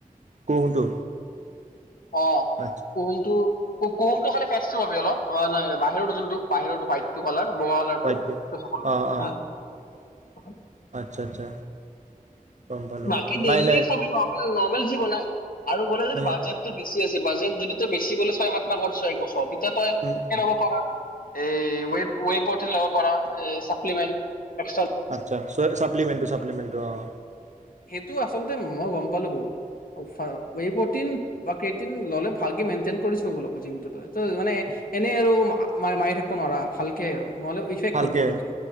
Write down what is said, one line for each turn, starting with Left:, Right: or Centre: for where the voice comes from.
Right: কুহুমটো
Left: অ',
Right: আচ্ছা
Left: কুহুমটো কুহুমটো খালে ফেটচ পাবি অলপ, বাহিৰটো যোনটো বাহিৰৰ টো ৱাইট টো কালাৰ বগা কালাৰ
Right: হোৱাইটটো
Left: টো সেইটো
Right: অঁ
Left: <unintelligible>
Right: অঁ
Left: <unintelligible>
Right: আচ্ছা আচ্ছা। গম পালোঁ
Left: বাকী
Right: গম পালোঁ
Left: ডেইলি
Right: নাই নাই
Left: <unintelligible> নৰ্মেল যি বনাই। আৰু বলে যদি
Right: উম,
Left: বাজেটতো বে বেচি আছে, বাজেট যদিতো বেছি বলে ছয়, সাত মাহ কোৰিচো একবছৰ তে তই
Right: উম,
Left: <unintelligible>
Right: উম।
Left: এই ৱেব ৱেবতে ল'ব পাৰা, এই চাপ্লিমেণ্ট। এক্সট্ৰা
Right: আচ্ছা ছ ছাপ্লিমেণ্টটো, ছাপ্লিমেণ্টটো অ'।
Left: এইটো আচলতে মইও গম পালো বহুত <unintelligible> ৱেই প্ৰটিন বা ক্ৰেটিন ললে ভালকে মেইনটেইন কৰি চলিব লাগিব জিমটো তোই। তোই মানে এনেই আৰু মা-মা মাৰি থাকিব নোৱাৰা ভালকে আৰু। নহলে ইফেক্ট
Right: ভালকে
Left: হ'ব বডিটো।